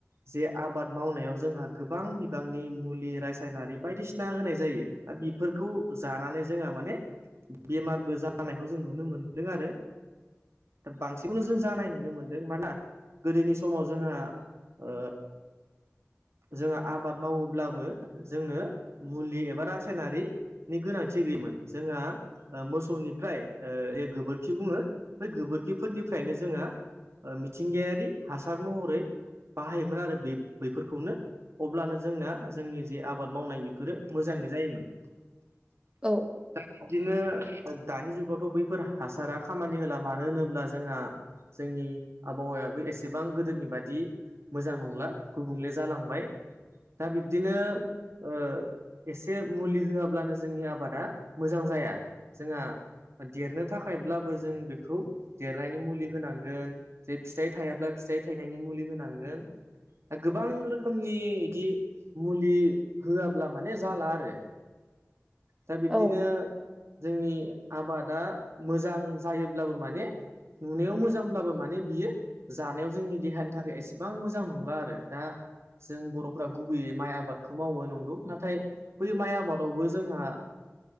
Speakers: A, on the right; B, on the right.
A: जे आबाद मावनायाव जोंहा गोबां बिबांनि मुलि रासायनारि बायदिसिना होनाय जायो बे फोरखौ जानानै जोंहा माने बेमारबो जानायखौ जों नुनो मोनदों आरो दा बांसिनखौनो जों जानाय नु नुनो मोनदों माना गोदोनि समाव जोंहा ओ जोङो आबाद मावोब्लाबो जोंनो मुलि एबा रासायनारि नि गोनांथि गैयोमोन जोंहा ओ मोसौनिफ्राय ओ बे गोबोरखि बुङो बै गोबोरखिफोरनिफ्रायनो जोङो ओ मिथिंगायारि हासार महरै बाहायोमोन आरो बे बैफोरखौनो। अब्लानो जोंना जोंनि जे आबाद मावनाय बेफोरो मोजाङै जायोमोन।
B: औ
A: दा बिदिनो दानि जुगावथ' बैफोर हासारा खामानि होला मानो होनोब्ला जोंहा जोंनि आबहावायाबो एसेबां गोदोनि बादि मोजां नंला गुबुंले जालांबाय दा बिब्दिनो ओ एसे मुलि होआब्लानो जोंनि आबादा मोजां जाया जोंहा देरनो थाखायब्लाबो जों बेखौ देरनायनि मुलि होनां गोन जे फिथाइ थायाब्ला फिथाइ थायनायनि मुलि होनांगोन। दा गोबां रोखोमनि इदि मुलि होआब्ला माने जाला आरो
B: <inaudible>
A: दा बिब्दिनो
B: औ
A: जोंनि आबादा मोजां जायोब्लाबो माने नुनायाव मो जांब्लाबो माने बियो जानायाव जोंनि देहानि थाखाय एसेबां मोजां नंला आरो दा जों बर'फ्रा गुबैयै माइ आबादखौ मावो नंगौ नाथाय बै माइ आबादावबो जोंहा